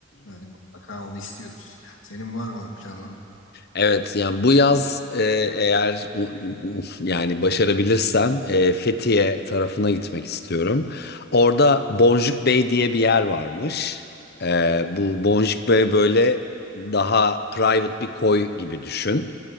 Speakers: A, on the left (about 85°); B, on the left (about 55°).
A: Yani mutlaka onu istiyoruz. Senin var mı planın?
B: Evet, yani bu yaz e, eğer u- u- yani başarabilirsem e, Fethiye tarafına gitmek istiyorum. Orada Boncuk Bey diye bir yer varmış. E, bu Boncuk Bey böyle daha private bir koy gibi düşün.